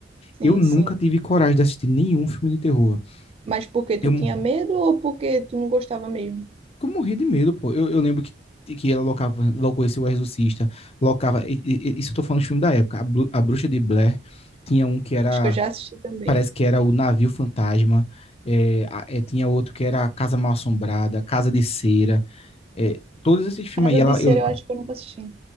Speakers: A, on the right (about 35°); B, on the left (about 35°).
A: sim,
B: Eu nunca
A: sim.
B: tive coragem de assistir nenhum filme de terror,
A: Mas porque tu
B: eu, mo-
A: tinha medo ou porque tu não gostava mesmo?
B: eu morria de medo, pô. Eu, eu lembro que, que ela locava, locou esse O Exorcista, locava. e- e- Isso eu tô falando de filme da época. A, Bru- a Bruxa de Blair tinha um que era.
A: Acho que eu já assisti também.
B: Parece que era o Navio Fantasma. é, a- é, tinha outro que era a Casa Mal Assombrada, Casa de Cera. é, todos esses filmes
A: Casa
B: aí, ela,
A: de Cera,
B: eu-
A: eu acho que eu nunca assisti.